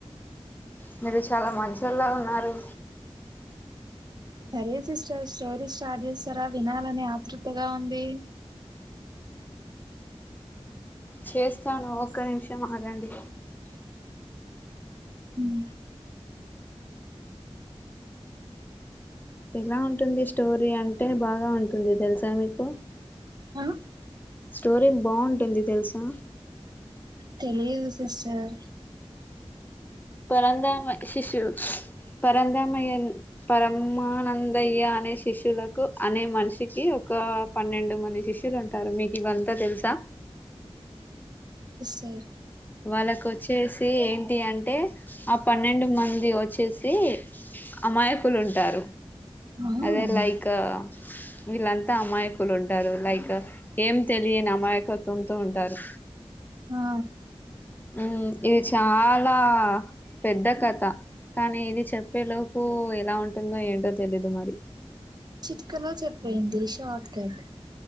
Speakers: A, on the left; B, on the right.
A: తెల్సా లో మంచమ్ లో ఉన్నారు
B: సరే సిస్టర్ స్టోరీ స్టార్ట్ చేస్తారా వినాల అని ఆతృతగా ఉంది
A: చేస్తాను ఒక్క నిమిషం ఆగఅండి
B: మ్మ్.
A: ఎలా ఉంటుంది స్టోరీ అంటే బాగా ఉంటుంది తెలుసా మీకు
B: ఆ
A: స్టోరీ బావుంటు ఉంది తెలుసా
B: తెలిదు సిస్టర్
A: కోరంతా మై ఇషు ఇషు పరందమయ్య పరమానందయ్య అనే శిష్యులకు అనే మనిషికి ఒక పన్నెండు మంది శిష్యులు ఉంటారు మీకు ఇవ అంతా తెలుసా
B: దేయి
A: వాళ్ళకు వచ్చేసి ఏంటి అంటే ఆ పన్నెండు మంద్ మంది వచ్చేసి అమాయకులు ఉంటారు
B: అవునా
A: అదే లైక్ వీళ్ళ అంతా అమాయకులు ఉంటారు లైక్ ఏమ్ తెలియని అమాయకత్వంతో ఉంటారు
B: ఆ
A: ఉ ఇది చాలా పెద్ద కథ కానీ ఇది చెప్పే లోపు ఎలా ఉంటుందో ఏంటో తెలీదు మరి
B: చిట్కలో చెప్పె యండి షాట్ కట్